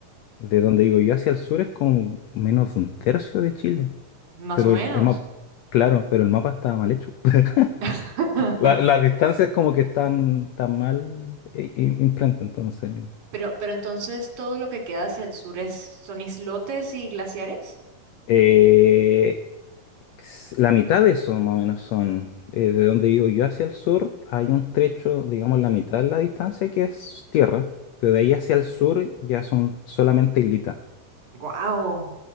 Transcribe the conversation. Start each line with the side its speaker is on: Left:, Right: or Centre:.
Left: De donde digo yo hacia el sur es como menos de un tercio de Chile.
Right: Más
Left: Pero
Right: o menos.
Left: el, mapa, claro, pero el mapa está mal hecho. <laughs>
Right: <laughs>
Left: La- las distancias como que están tan mal i- i- imprenta, entonces.
Right: Pero, pero entonces todo lo que queda hacia el sur es, son islotes y glaciares.
Left: Eh, s- la mitad de eso más o menos son eh, de donde vivo yo hacia el sur. Hay un trecho, digamos, la mitad de la distancia que es tierra. Pero de ahí hacia el sur ya son solamente islitas.
Right: Wow,